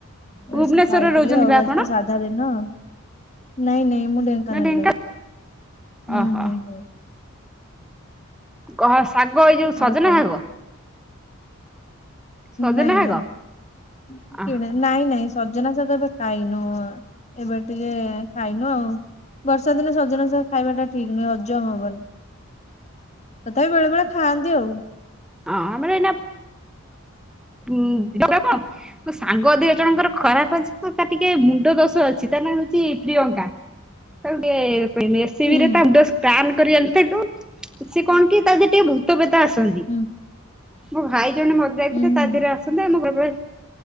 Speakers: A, in the centre; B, on the left (about 30°).
A: ଭୁବନେଶ୍ୱରରେ
B: ଏ ସବୁ ଖାଇଥିଲି
A: ରହୁଛନ୍ତି
B: ଆଉ
A: ବା
B: ଆଜି
A: ଆପଣ
B: ତ ସାଧା ଦିନ ନାଇଁ ନାଇଁ ମୁଁ ଢେ ଙ୍କାନାଳ
A: ନା ଢେଙ୍କା
B: ଲୋ ହୁଁ
A: ଓହୋ
B: ହୁଁ ହୁଁ
A: କହଳା ଶାଗ ଏଇ ଯୋଉ ସଜନା
B: ଆଉ କଣ
A: ଶାଗ ସଜନା
B: ନାଇଁ
A: ଶାଗ
B: ନାଇଁ
A: ଓହୋ
B: କିଣା ନାଇଁ ନାଇଁ ସଜନା ଶାଗ ତ ଖାଇନୁ ଏବେ ଟିକେ ଖାଇନୁ ଆଉ ବର୍ଷା ଦିନେ ସଜନା ଶାଗ ଖାଇବାଟା ଠିକ୍ ନୁହେଁ ହଜମ ହବନି ତଥାପି ବେଳେ ବେଳେ ଖାଆନ୍ତି ଆଉ
A: ଆ ମାନେ ଏଇନା ହୁଁ ଦେଖ <unintelligible> ମୋ ସାଙ୍ଗ ଦିଇ ଜଣଙ୍କର ଖରାପ ଅଛି ତାର ଟିକେ ମୁଣ୍ଡ ଦୋଷ ଅଛି ତାର ନାଁ ହଉଚି ପ୍ରିୟଙ୍କା ତାକୁ ଟିକେ ପେ ମେସିନ୍
B: ହୁଁ।
A: ରେ ତା ମୁଣ୍ଡ ସ୍କାନ କରି ଆଣିଥେଲୁ ସେ କଣ କି ତାର ଟିକେ ତେବେ ତ ଆସନ୍ତି
B: ହୁଁ
A: ମୋ ଭାଇ ଜଣେ ମରିଯାଇଥିଲେ
B: ହୁଁ ହୁଁ
A: ତା ଦେହରେ ଆସନ୍ତି ଆମ ଘରେ ପରେ